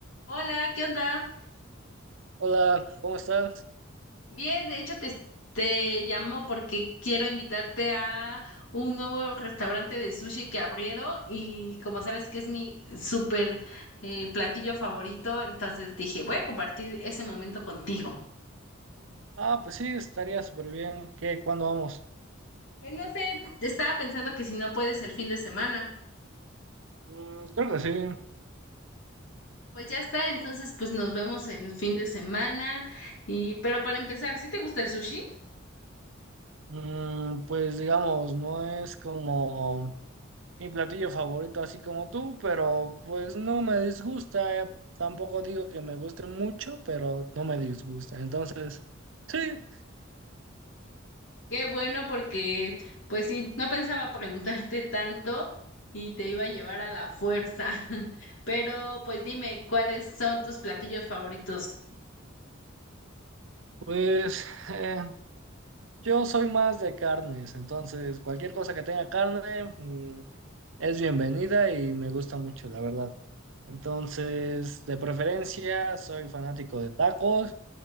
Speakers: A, on the left; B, on the right.
A: Hola, ¿qué onda?
B: Hola, ¿cómo estás?
A: Bien, de hecho te, te llamo porque quiero invitarte a un nuevo restaurante de sushi que abrieron y como sabes que es mi súper eh, platillo favorito, entonces dije, voy a compartir ese momento contigo.
B: Ah, pues sí, estaría súper bien. ¿Qué? ¿Cuándo vamos?
A: Pues no sé, estaba pensando que si no puedes el fin de semana.
B: Mm, creo que sí.
A: Pues ya está, entonces pues nos vemos el fin de semana y pero para empezar, ¿sí te gusta el sushi?
B: Mm, pues digamos, no es como mi platillo favorito, así como tú, pero pues no me disgusta. eh. Tampoco digo que me guste mucho, pero no me disgusta. Entonces, sí,
A: Qué bueno porque, pues sí, no pensaba preguntarte tanto y te iba a llevar a la fuerza. <laughs> Pero, pues dime, ¿cuáles son tus platillos favoritos?
B: pues eh, yo soy más de carnes. Entonces, cualquier cosa que tenga carne, mm, Es bienvenida y me gusta mucho, la verdad. Entonces, de preferencia, soy fanático de tacos